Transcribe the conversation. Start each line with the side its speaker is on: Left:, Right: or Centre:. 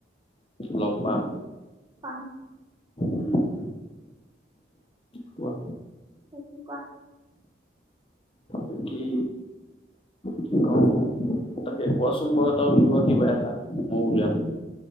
Left: লগ পাম।
Right: পাম।
Left: উম, কোৱা
Right: কি কোৱা?
Left: বাকী কি কম তাকে কোৱাচোন বাৰু এটা উলিওৱা কিবা এটা মইওঁ উলিয়াম।